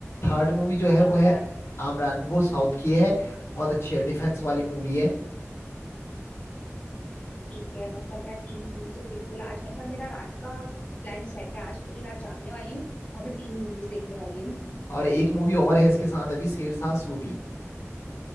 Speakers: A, on the left; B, on the left.
A: थर्ड मूवी जो है वो
B: आमरान
A: है आमरान वो साउथ की है बहुत अच्छी है डिफेंस वाली मूवी है
B: ठीक है मतलब मैं तीन मूवी तो बिल्कुल आज मतलब मेरा रात का प्लान सेट है आज पूरी रात जागने वाली हूँ और मैं तीन मूवीज देखने वाली हूँ
A: और एक मूवी और है इसके साथ अभी शेरशाह सूरी